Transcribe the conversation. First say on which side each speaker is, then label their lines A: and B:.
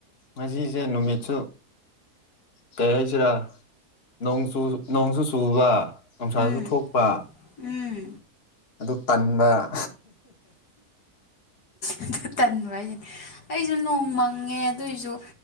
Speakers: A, on the left (about 40°); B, on the left (about 75°).
A: ꯉꯁꯤꯁꯦ ꯅꯨꯃꯤꯠꯁꯨ ꯀꯩ ꯍꯥꯏꯁꯤꯔꯥ ꯅꯣꯡꯆꯨ ꯅꯣꯡꯁꯨꯨ ꯆꯨꯕ ꯅꯨꯡꯁꯥꯁꯨ
B: ꯎꯝ
A: ꯊꯣꯛꯄ
B: ꯎꯝ
A: ꯑꯗꯨ ꯇꯟꯕ <inaudible>
B: ꯑꯗꯨ ꯇꯟꯕ ꯍꯥꯏꯁꯤꯅꯦ ꯑꯩꯁꯨ ꯅꯣꯡ ꯃꯪꯉꯦ ꯑꯗꯨꯏꯁꯨ